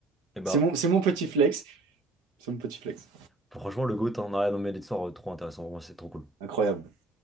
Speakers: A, in the centre; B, on the right (about 80°).
A: Et ben
B: C'est mon, c'est mon petit flex. Son petit flex.
A: franchement le GOAT, hein. Ah, non mais l'histoire euh, trop intéressante, vraiment, c'est trop cool.
B: Incroyable.